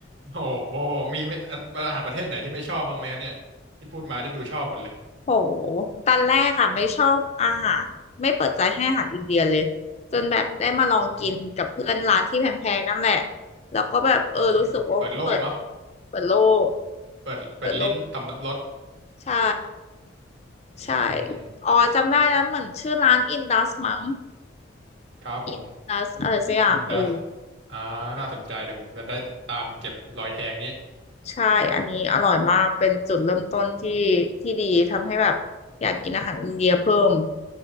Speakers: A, on the right; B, on the left.
A: โอ้โหมีไม่อันอาหารประเทศไหนที่ไม่ชอบบ้างไหมครับเนี่ยที่พูดมานี่ดูชอบหมดเลย
B: โหตอนแรกอ่ะไม่ชอบอาหารไม่เปิดใจให้อาหารอินเดียเลยจนแบบได้มาลองกินกับเพื่อนร้านที่แพงๆนั่นแหละ
A: อืม
B: แล้วก็แบบเออรู้สึกว่าเปิด
A: อืมเปิดโลกเนาะ
B: เปิดโลก
A: เปิดเปิดลิ้นต่ำรับรส
B: เปิดโลกใช่
A: อืม
B: ใช่อ๋อจำได้แล้วเหมือนชื่อร้านอินดัสมั้ง
A: ครับผม
B: อินดัสอะไรสักอย่างเออ
A: อินดัสอ่าน่าสนใจเดี๋ยวผมจะได้ตามเก็บรอยแทงนี้
B: ใช่อันนี้อร่อยมากเป็นจุดเริ่มต้นที่ที่ดีทำให้แบบอยากกินอาหารอินเดียเพิ่ม